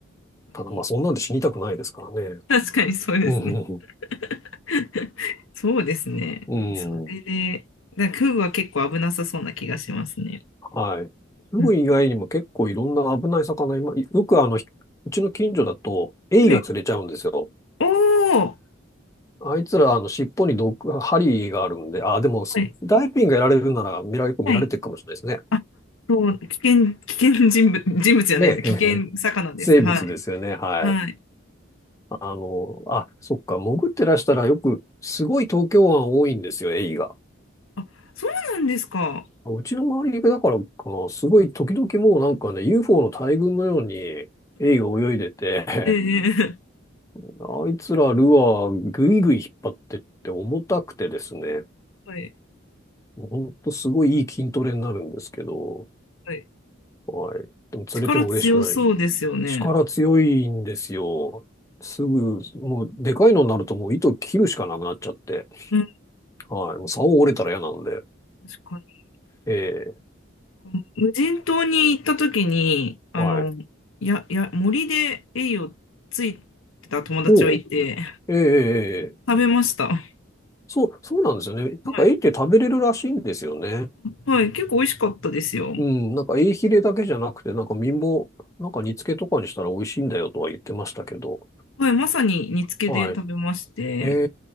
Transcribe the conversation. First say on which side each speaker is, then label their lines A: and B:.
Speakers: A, on the left (about 85°); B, on the left (about 15°).
A: ええ。
B: ただまあそんなんで死にたくないですからね。
A: 確かにそうですね。
B: うん、うん
A: <laughs> そうですね。
B: うん、
A: それで、
B: うん。
A: なんかフグは結構危なさそうな気がしますね。
B: はい。フグ以外にも結構いろんな危ない魚、
A: うん。
B: 今、よくあの、うちの近所だと、エイが釣れちゃうんですよ。
A: はいおー、
B: あいつら、あの、尻尾に毒、針があるんで、あ、でも、スダイビングやられるなら、
A: はい、
B: 見られ、結構見られてるかもしれないですね。
A: はいあ、そう、危険、危険人物、<laughs> 人物じゃないです。
B: ねえええ
A: 危険魚です。
B: 生物ですよね。
A: はい。
B: はい。
A: はい。
B: あの、あ、そっか、潜ってらしたらよく、すごい東京湾多いんですよ、エイが。
A: あ、そうなんですか。
B: うちの周りだからかな、すごい時々もうなんかね、UFO の大群のように、エイが泳いでて、
A: ええ
B: <laughs> あいつらルアーぐいぐい引っ張ってって重たくてですね、
A: はい。
B: ほんとすごいいい筋トレになるんですけど、
A: はい。
B: はい。でも釣れても嬉しくないし。
A: 力強そうですよね。
B: 力強いんですよ。すぐ、もう、でかいのになるともう糸切るしかなくなっちゃって。
A: うん、
B: はい。もう竿折れたら嫌なんで。
A: 確かに。
B: ええ
A: この無人島に行った時に、あの、
B: はい。
A: や、や、森でエイをついてた友達はいて、
B: おう。ええええええ
A: 食べました。
B: そう、そうなんですよね。
A: はい。
B: なんか、エイって食べれるらしいんですよね。
A: あ、はい。結構美味しかったですよ。
B: うん。なんか、エイヒレだけじゃなくて、なんか、身も、なんか、煮付けとかにしたら美味しいんだよとは言ってましたけど。
A: はい。まさに煮付けで食べまして、
B: はい。え